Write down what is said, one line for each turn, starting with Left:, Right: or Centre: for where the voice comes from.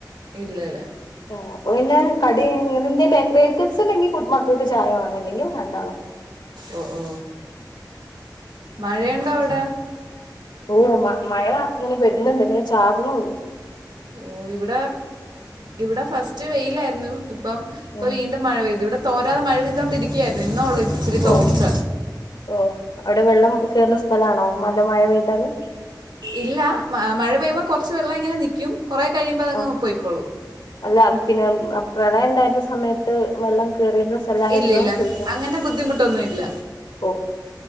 Right: ഇല്ലല്ലേ
Left: ഓ അപ്പൊ പിന്നെ കടി അങ്ങനെ എന്തെ ബേക്കറി ഐറ്റംസ് ഉണ്ടെങ്കി മക്കൾക്ക് ചായ വേണം അല്ലെങ്കി വേണ്ടാണോ
Right: ഓ ഓ മഴയുണ്ടോ അവിടെ
Left: ഓ മഴ അങ്ങനെ വരുന്നുണ്ട് ന്നെ ചാറുന്നുള്ളു
Right: ഓ ഇവിടെ ഇവിടെ ഫസ്റ്റ് വെയിലായിരുന്നു ഇപ്പം ഇപ്പ
Left: ഉം
Right: വീണ്ടും മഴ പെയ്തു ഇവിടെ തോരാതെ മഴ പെയ്തുകണ്ടിരിക്കുകയായിരുന്നു ഇന്നോ ഉള്ള ഇച്ചിരി തോർച്ച
Left: ഓ ഓ അവിടെ വെള്ളം കയറുന്ന സ്ഥലാണോ നല്ല മഴ പെയ്താല്
Right: ഇല്ല മഴ പെയ്യുമ്പോ കുറച്ച് വെള്ളം ഇങ്ങനെ നിൽക്കും കുറെ കഴിയുമ്പോ അതങ്ങ്
Left: ആ
Right: പൊയ്ക്കോളും
Left: അല്ല പിന്നെ പ്രളയം ഉണ്ടായിരുന്ന സമയത്ത് വെള്ളം കേറിയിരുന്ന സ്ഥലയിന്നോന്ന്
Right: ഇല്ല ഇല്ല
Left: ചോയിച്ചത
Right: അങ്ങനെ ബുദ്ധിമുട്ടൊന്നും ഇല്ല
Left: ഓ